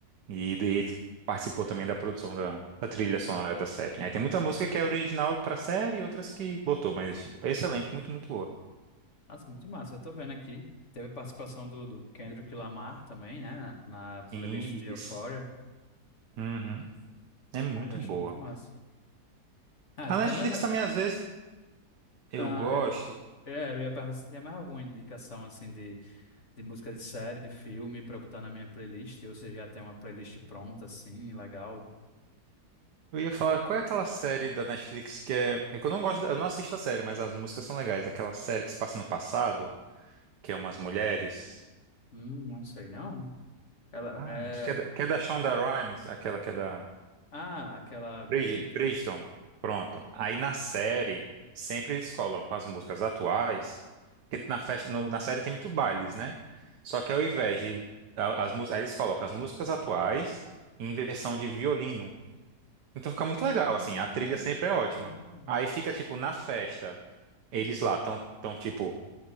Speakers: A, on the right; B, on the left.
A: E daí ele participou também da produção da, da trilha sonora da série. Aí tem muita música que é original pra série e outras que botou, mas tipo, é excelente, muito, muito boa.
B: Nossa, muito massa. Eu tô vendo aqui. Teve a participação do, do Kendrick Lamar também, né? Na, na playlist
A: Isso.
B: de Euphoria.
A: Uhum. É muito
B: Ai, eu acho
A: boa.
B: muito massa. Ah,
A: A
B: tu
A: Netflix
B: tem mais.
A: também, às vezes, eu
B: Ah,
A: gosto.
B: é, é, eu ia perguntar se tem mais alguma indicação, assim, de, de música de série, de filme, pra eu botar na minha playlist. Ou se já tem uma playlist pronta, assim, legal.
A: Eu ia falar, qual é aquela série da Netflix que é. é que Eu não gosto, da- eu não assisto a série, mas as músicas são legais. Aquela série que se passa no passado. que é umas mulheres.
B: Hum, não sei, não. Ela
A: Ai,
B: é.
A: meu Deus, que é da, que é da Shonda Rhimes, aquela que é da
B: Ah, aquela Bridgerton.
A: Brid- Bridgerton. Pronto. Aí na série, sempre eles colocam as músicas atuais, que na, festa, no- na série tem muito bailes, né? Só que ao invés de. a- As, mús- aí eles colocam as músicas atuais em versão de violino. Então fica muito
B: Ah,
A: legal, assim, a trilha sempre
B: que bacana.
A: é ótima. Aí fica, tipo, na festa, eles lá estão, tão, tão, tipo.